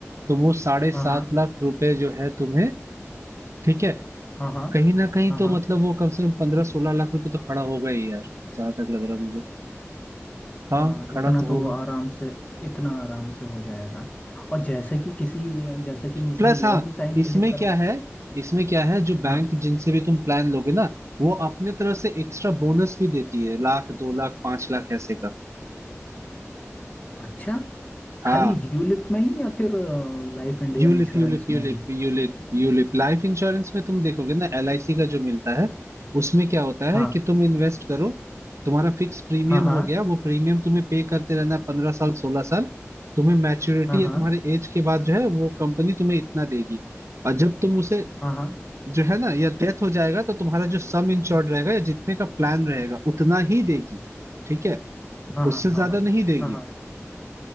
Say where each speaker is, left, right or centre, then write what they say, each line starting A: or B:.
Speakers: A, on the right; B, on the left.
A: तो वो साढ़े
B: हाँ
A: सात
B: हाँ
A: लाख रुपए जो है तुम्हें ठीक है
B: हाँ हाँ
A: कहीं ना कहीं
B: हाँ हाँ
A: तो मतलब वो कम से कम पंद्रह सोलह लाख रुपए तो खड़ा होगा ही यार जहां तक लग रहा है मुझे
B: हाँ
A: हाँ खड़ा
B: इतना
A: तो होगा
B: तो आराम से इतना आराम से हो जाएगा और जैसे कि किसी जैसे कि मुझे
A: प्लस
B: लॉन्ग
A: हाँ
B: टाइम
A: इसमें
B: के लिए करवा
A: क्या है इसमें क्या है जो
B: हाँ
A: बैंक जिनसे भी तुम प्लान लोगे ना वो अपने तरफ से एक्स्ट्रा बोनस भी देती है लाख दो लाख पांच लाख ऐसे का
B: अच्छा
A: हाँ
B: खाली यूलिप में ही या फिर लाइफ इंडिया
A: ULIP
B: इंश्योरेंस
A: ULIP ULIP
B: में भी
A: ULIP ULIP life insurance में तुम देखोगे ना एलआईसी का जो मिलता है उसमें क्या होता
B: हाँ
A: है कि तुम इन्वेस्ट करो तुम्हारा फिक्स प्रीमियम
B: हाँ हाँ
A: हो गया वो प्रीमियम तुम्हें पे करते रहना पंद्रह साल सोलह साल तुम्हें मैच्योरिटी
B: हाँ हाँ
A: या तुम्हारे एज के बाद जो है वो कंपनी तुम्हें इतना देगी और जब तुम उसे
B: हाँ हाँ
A: जो है ना या डेथ हो जाएगा तो तुम्हारा जो सम इंश्योर्ड रहेगा या जितने का प्लान रहेगा उतना ही देगी ठीक है
B: हाँ हाँ
A: उससे
B: हाँ
A: ज्यादा
B: हाँ
A: नहीं देगी
B: हाँ हाँ